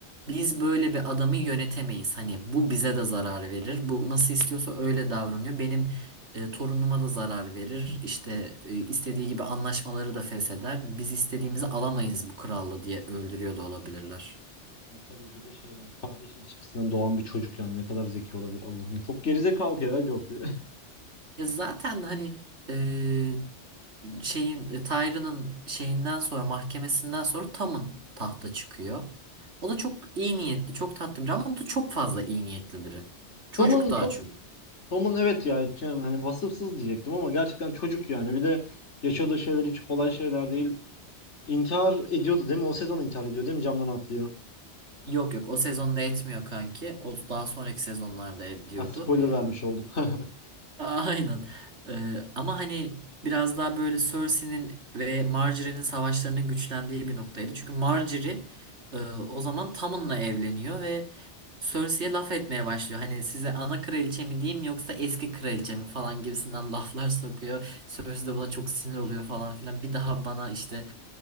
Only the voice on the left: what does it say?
Ya tabii bir de şey yani kardeş ilişkisinden doğan bir çocuk yani ne kadar zeki olabilir Allah'ım. Çok gerizekalı ya Joffrey. <laughs>
Tom'un
çok
Tom'un evet ya şey, hani vasıfsız diyecektim ama gerçekten çocuk yani. Bir de yaşadığı şeyler hiç kolay şeyler değil. İntihar ediyordu değil mi? O sezon intihar ediyor değil mi? Camdan atlıyor. Ha,
Evet spoiler evet. vermiş olduk. <laughs>